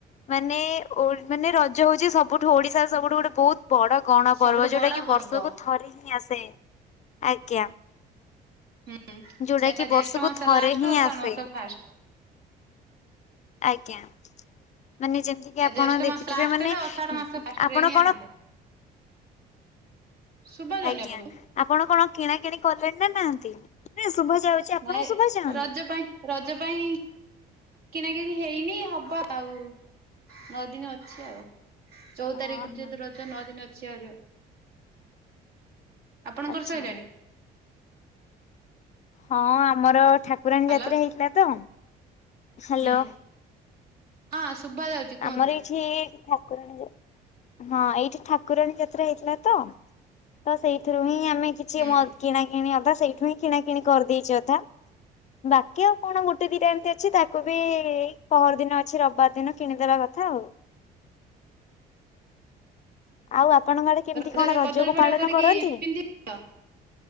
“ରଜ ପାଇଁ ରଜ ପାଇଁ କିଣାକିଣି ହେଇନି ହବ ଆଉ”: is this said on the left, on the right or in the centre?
Right